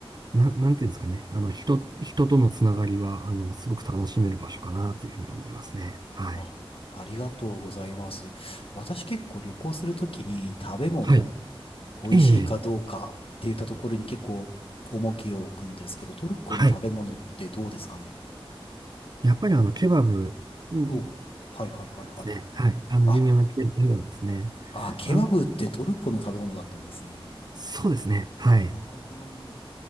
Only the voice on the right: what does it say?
う、な、なんていうんですかね。あの、人、人とのつながりは、あの、すごく楽しめる場所かなというふうに思いますね。はい。
は
い。ええ
はい。やっぱりあの、ケバブうんで
すね。はい。あの、
有名なケケバブですね。
あの、そうですね。はい。